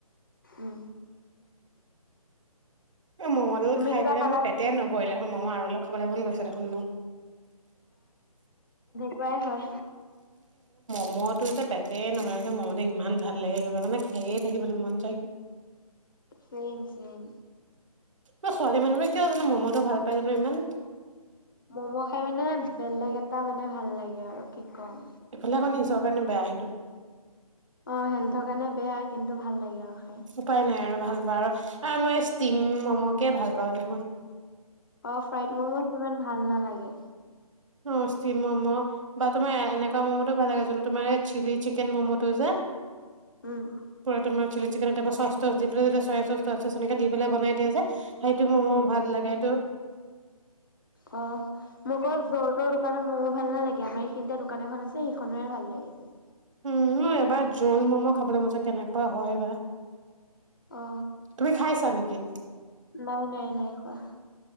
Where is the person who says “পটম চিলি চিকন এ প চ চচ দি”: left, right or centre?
Right